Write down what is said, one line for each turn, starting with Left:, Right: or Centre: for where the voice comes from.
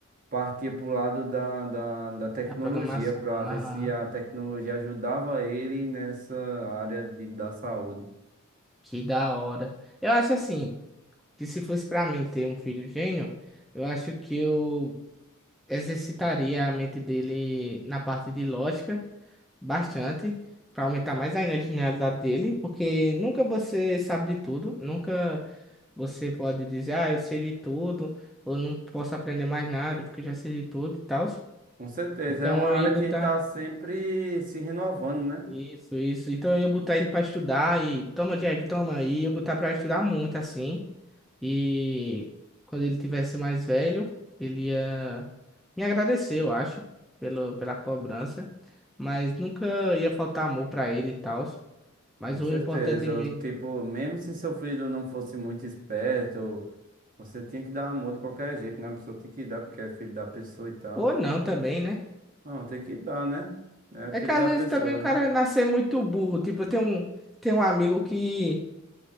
Right: partia para o lado da, da, da tecnologia
Centre: Da programação.
Right: para
Centre: Ah,
Right: ver se a tecnologia ajudava ele nessa área de, da saúde.
Centre: que da hora. Eu acho assim, que se fosse pra mim ter um filho gênio, eu acho que eu exercitaria a mente dele na parte de lógica bastante, para aumentar mais ainda a genialidade dele, porque nunca você sabe de tudo, nunca você pode dizer, ah, eu sei de tudo, ou não posso aprender mais nada porque já sei de tudo e tal.
Right: Com certeza,
Centre: Então
Right: é uma área
Centre: eu ia botar
Right: que está sempre se renovando, né?
Centre: isso, isso. Então eu ia botar ele para estudar e toma, Jack, toma, e ia botar para estudar muito assim. E quando ele tivesse mais velho, ele ia me agradecer, eu acho, pelo, pela cobrança. Mas nunca ia faltar amor pra ele e tal. Mas
Right: Com certeza,
Centre: o importante mesmo.
Right: eu, tipo, mesmo se seu filho não fosse muito esperto, você tinha que dar amor de qualquer jeito, né? A pessoa tem que dar porque é filho da pessoa e tal.
Centre: Ou não também, né?
Right: Não, tem que dar, né? É filho
Centre: É que às
Right: da
Centre: vezes
Right: pessoa,
Centre: também o
Right: né?
Centre: cara nascer muito burro. Tipo, eu tenho um, tenho um amigo que,